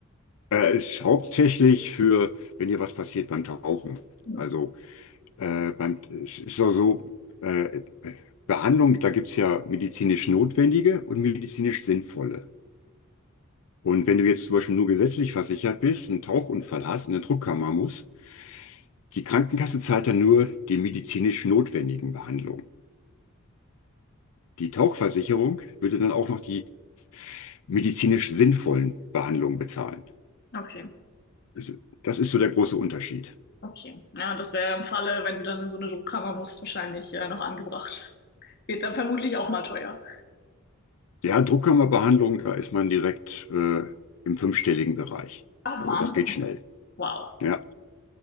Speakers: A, on the left; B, on the left.
A: Äh, ist hauptsächlich für, wenn dir was passiert beim Tauchen.
B: Hm.
A: Also äh, beim, es ist auch so, äh, Behandlung, da gibt es ja medizinisch notwendige und medizinisch sinnvolle. Und wenn du jetzt zum Beispiel nur gesetzlich versichert bist, einen Tauchunfall hast, in eine Druckkammer musst, die Krankenkasse zahlt dann nur die medizinisch notwendigen Behandlungen. Die Tauchversicherung würde dann auch noch die medizinisch sinnvollen Behandlungen bezahlen.
B: Okay,
A: Das ist, das ist so der große Unterschied.
B: okay. Ja, und das wäre im Falle, wenn du dann in so eine Druckkammer musst, wahrscheinlich äh, noch angebracht. Wird dann vermutlich auch mal teuer.
A: Ja, Druckkammerbehandlung, da ist man direkt äh, im fünfstelligen Bereich.
B: Ah,
A: Also
B: Wahnsinn.
A: das geht schnell.
B: Wow.
A: Ja.